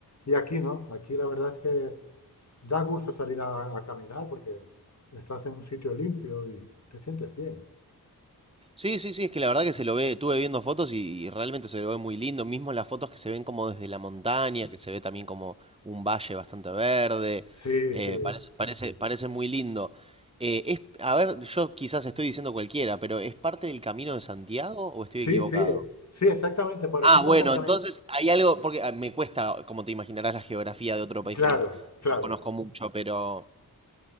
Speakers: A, on the left; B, on the right.
A: Y aquí no, aquí la verdad es que da gusto salir a, a caminar porque estás en un sitio limpio y te sientes bien.
B: Sí, sí, sí, es que la verdad que se lo ve, estuve viendo fotos y, y realmente se lo ve muy lindo, mismo las fotos que se ven como desde la montaña, que se ve también como un valle bastante verde,
A: Sí,
B: eh,
A: sí,
B: parece, parece, parece muy lindo. Eh, es, a ver, yo quizás estoy diciendo cualquiera, pero ¿es parte del Camino de Santiago o estoy
A: sí,
B: equivocado?
A: sí, sí, exactamente, por
B: Ah,
A: aquí pasa
B: bueno,
A: el camino.
B: entonces hay algo, porque ah, me cuesta, como te imaginarás, la geografía de otro país
A: Claro,
B: que no, que
A: claro.
B: no conozco mucho, pero,